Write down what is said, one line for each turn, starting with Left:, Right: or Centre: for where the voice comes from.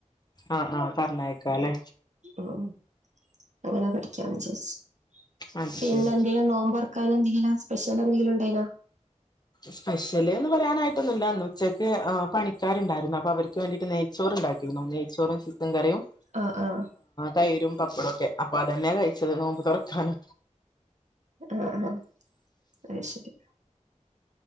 Left: ആ ആ പറഞ്ഞയക്കാ ല്ലെ
Right: ഉം അങ്ങനെ പഠിക്കയാണ് വിചാരിച്ച്
Left: അത്
Right: പിന്നെ
Left: ശരി
Right: എന്തെിലും നോമ്പർ ആക്കാൻ എന്തെങ്കിലാ സ്പെഷ്യൽ എന്തെങ്കിലും ഉണ്ടനാ
Left: സ്പെഷ്യല് എന്ന് പറയാനായിട്ടൊന്നുമില്ല ഉച്ചക്ക് പണിക്കാരുണ്ടായിരുന്നു അപ്പൊ അവർക്ക് വേണ്ടിട്ട് നെയ്ച്ചോറ് ഉണ്ടാക്കരുന്നു നെയ്ച്ചോറും ചിക്കൻ കറിയും്
Right: ആഹ് ആഹ്
Left: തൈരും പപ്പടൊക്കെ അപ്പൊ അതന്നെയ കഴിച്ചത് നോമ്പ് തുറക്കാണ്
Right: ആ ആ അത് ശരി